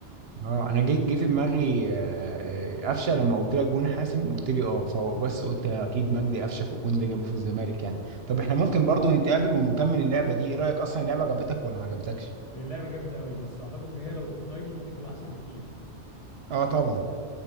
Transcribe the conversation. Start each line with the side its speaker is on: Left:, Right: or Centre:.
Right: اه انا جه جه في دماغي آه، آه، قفشه لما قلت لك جون حاسم قلت لي اه فبس قلت اكيد مجدي قفشه في الجون اللي جابه في الزمالك يعني طب احنا ممكن برضو نتقابل ونكمل اللعبه دي ايه رايك اصلا اللعبه عجبتك ولا ما عجبتكش
Left: هي اللعبه جامده قوي بس اعتقد ان هي لو اوفلاين ممكن تبقى احسن بكتير
Right: اه طبعا